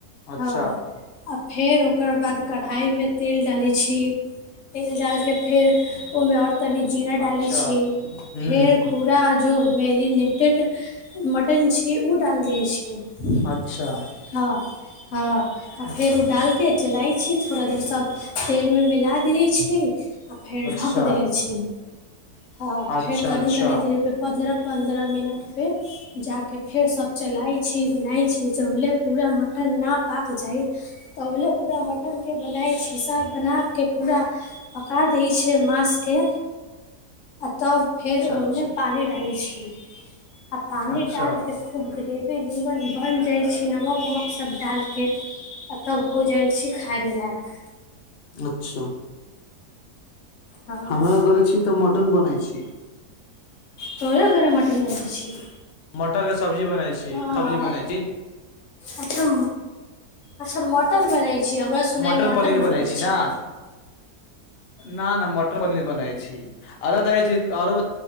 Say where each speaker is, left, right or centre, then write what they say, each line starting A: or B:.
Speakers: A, on the left; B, on the left.
A: अच्छा
B: हँ आ फेर ओकर बाद कढ़ाइमे तेल डालै‌ छी तेल डाल कऽ फेर ओहिमे तनी जीरा डालै
A: अच्छा
B: छी
A: ह
B: फेर पूरा जो मैरिनेटेड मटन छी जे ऊ डालि दै छी
A: अच्छा
B: हँ हँ आ फेर
A: अच्छा
B: ओ डालके चलाइ छी पूरा दिन सभ तेलमे मिला दिही छै आ फेर
A: अच्छा
B: ढक देल छै ह
A: अच्छा
B: फेर तनी
A: अच्छा
B: तनि देर पन्द्रह पन्द्रह मिनट पे जाके फेर सब चलाइ छी बनै छी चले पूरा मटन ना पाक जाइ तबल पूरा मटन के बनाय छिसा बना के पूरा पका दै छै माँसके आ तब फेर
A: अच्छा
B: ओहिमे
A: अच्छा
B: पानि डालै छी आ पानी
A: अच्छा
B: डाल के खूब ग्रेवी निमन बन जाय छै नमक उमक सब डालिके आ तब हो जाइ छी खायमे लायक
A: अच्छा
B: हँ
A: हमरा घरे छी तऽ मटन बनाइ छी
B: तोरे घरे मटन बनै छी
A: मटर के सब्जी बनाई छी
B: हँ
A: सब्जी बनाई छी
B: अच्छा अच्छा मटन बनै छी हमरा सुनायल
A: मटर
B: मटन
A: पनीर बनाय
B: बनै
A: छी ना
B: छै
A: ना ना मटर पनीर बनै छी आरो तै छी आरो